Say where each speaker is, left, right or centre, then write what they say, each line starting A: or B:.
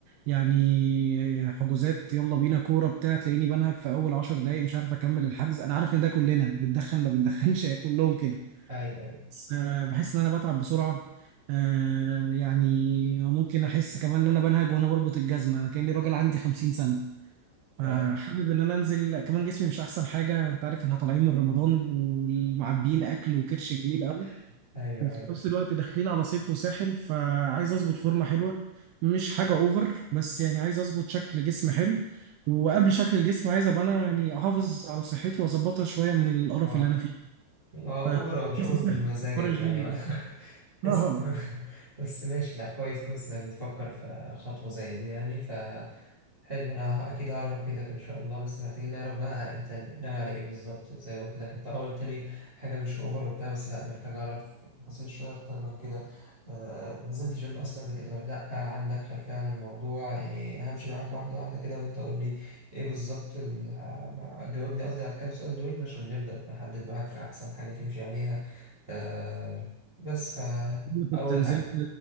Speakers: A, on the right (about 85°); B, on the right (about 45°).
A: يعني حجوزات يلا بينا كوره بتاع تلاقيني بنهج في اول عشر دقايق مش عارف اكمل الحجز انا عارف ان ده كلنا بتدخن ما بتدخنش كلهم كده
B: ايوه ايوه
A: بس آه، بحس ان انا بتعب بسرعه آه، يعني ممكن احس كمان ان انا بنهج وانا بربط الجزمه انا كاني راجل عندي 50 سنه فحابب
B: فاهم
A: ان انا انزل كمان جسمي مش احسن حاجه انت عارف ان احنا طالعين من رمضان ومعبيين اكل وكرش جميل قوي
B: <laughs> ايوه
A: وفي
B: ايوه
A: نفس الوقت داخلين على صيف وساحل فعايز اظبط فورمه حلوه مش حاجه اوفر بس يعني عايز اظبط شكل جسم حلو وقبل شكل الجسم عايز ابقى انا يعني احافظ على صحتي واظبطها شويه من القرف
B: اه
A: اللي انا فيه
B: اه اوبر
A: فجسمي
B: او مش اوبر مش
A: صحتك
B: مزاجك
A: في حوار الجيم
B: يعني ما <laughs> بس
A: اه
B: بس ماشي لا كويس كويس انك بتفكر في خطوة زي دي يعني ف حلو انا ه- اكيد هعرف افيدك ان شاء الله بس محتاجين نعرف بقى انت ناوي على ايه بالظبط زي ما قلت لك انت أه قلت لي حاجة مش اوفر وبتاع بس لا محتاج اعرف تفاصيل شوية اكتر من كده آه نزلت جيم اصلا قبل كده ولا لا عندك خلفية عن الموضوع يعني همشي معاك واحدة واحدة كده وانت قول لي ايه بالظبط ال- ع- جاوبني قصدي على الكام سؤال دول عشان نبدأ نحدد معاك احسن حاجة تمشي عليها آه بس فا
A: انا كنت
B: اول
A: نزلت
B: حاجة